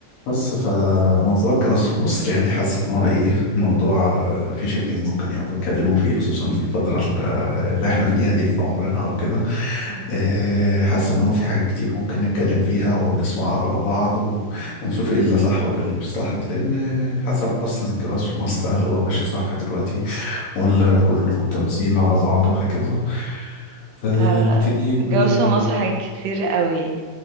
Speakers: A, on the left (about 85°); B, on the right (about 65°).
A: بس فموضوع الجواز في مصر يعني حاسس ان هو ايه موضوع آه، مفيش اتنين ممكن يقعدوا يتكلموا فيه خصوصا في الفترة ال- اللي احنا فيها دي في عمرنا او كده
B: مم.
A: آه، حاسس ان هو في حاجات كتير ممكن نتكلم فيها ونسمع آراء بعض و- ونشوف ايه اللي صح وايه اللي مش صح لان حسب اصلا الجواز في مصر هل هو ماشي صح دلوقتي ولا كله تمثيل على بعضه وهكذا فنبتدي
B: آه
A: ب...
B: جو في مصر حاجات كتير قوي